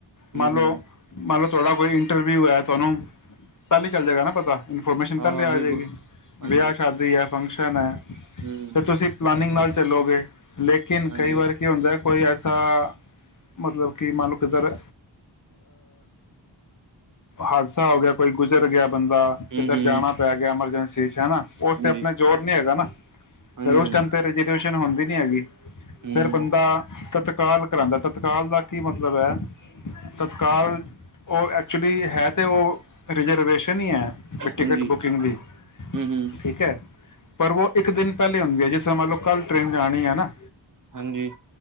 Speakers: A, on the right; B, on the left.
A: ਹੂੰ,
B: ਮਨ ਲੋ,
A: ਹੂੰ,
B: ਮਨ ਲੋ ਤੁਹਾਡਾ ਕੋਈ ਇੰਟਰਵਿਊ ਹੈ ਤੁਹਾਨੂੰ ਕੱਲ ਹੀ ਚੱਲ ਜਾਏਗਾ ਨਾ ਪਤਾ ਇਨਫੋਰਮੇਸ਼ਨ
A: ਹਾਂ-ਹਾਂ,
B: ਪਹਿਲੇ ਆ
A: ਬਿਲਕੁਲ,
B: ਜਾਏਗੀ
A: ਹਾਂਜੀ,
B: ਵਿਆਹ, ਸ਼ਾਦੀ ਹੈ ਫੰਕਸ਼ਨ ਤਾਂ ਨਾ
A: ਹੂੰ, ਹੂੰ
B: ਤੇ ਤੁਸੀਂ ਪਲਾਨਿੰਗ ਨਾਲ ਚੱਲੋਗੇ ਲੇਕਿਨ
A: ਹਾਂਜੀ।
B: ਕਈ ਵਾਰ ਕੀ ਹੁੰਦਾ ਕੋਈ ਐਸਾ ਮਤਲਬ ਕਿ ਮੰਾਨ ਲੋ ਕਿੱਧਰ ਹਾਦਸਾ ਹੋ ਗਿਆ ਕੋਈ ਗੁਜ਼ਰ ਗਿਆ ਬੰਦਾ
A: ਹੂੰ-ਹੂੰ।
B: ਕਿੱਧਰ ਜਾਣਾ ਪੈ ਗਿਆ ਐਮਰਜੈਂਸੀ ਚ ਹਨਾ ਉਸ
A: ਹਾਂਜੀ,
B: ਤੇ ਆਪਣੇ ਜ਼ੋਰ ਨੀ ਹੈਗਾ ਨਾ
A: ਹਾਂਜੀ-ਹਾਂਜੀ।
B: ਫਿਰ ਉਸ ਟਾਈਮ ਤੇ ਹੁੰਦੀ ਨੀ ਹੈਗੀ
A: ਹੂੰ।
B: ਫਿਰ ਬੰਦਾ ਤਤਕਾਲ ਕਰਾਉਂਦਾ ਤਤਕਾਲ ਦਾ ਕੀ ਮਤਲਬ ਹੈ ਤਤਕਾਲ ਉਹ ਐਕਚੁਲੀ ਹੈ ਤਾਂ ਉਹ ਰਿਜ਼ਰਵੇਸ਼ਨ ਹੀ ਹੈ ਵੀ ਟਿਕਟ
A: ਹਾਂਜੀ।
B: ਬੁਕਿੰਗ ਦੀ
A: ਹੂੰ-ਹੂੰ।
B: ਠੀਕ ਹੈ ਪਰ ਉਹੋ ਇੱਕ ਦਿਨ ਪਹਿਲੇ ਹੁੰਦੀ ਹੈ ਜਿਸ ਤਰ ਮੰਨਲਬ ਕੱਲ ਟ੍ਰਰੇਨ ਜਾਣੀ ਹੈ ਨਾ
A: ਹਾਂਜੀ